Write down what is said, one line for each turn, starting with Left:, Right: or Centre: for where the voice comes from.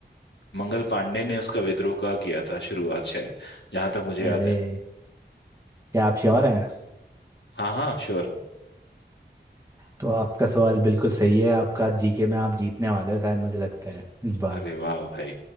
Left: मंगल पांडे ने उसका विद्रोह का किया था शुरुआत शायद जहां तक मुझे
Right: अरे
Left: याद है
Right: क्या आप श्योर हैं
Left: हाँ हाँ श्योर
Right: तो आपका सवाल बिल्कुल सही है आपका जीके में आप जीतने वाले हो शायद मुझे लगता है इस बार
Left: अरे वाह भाई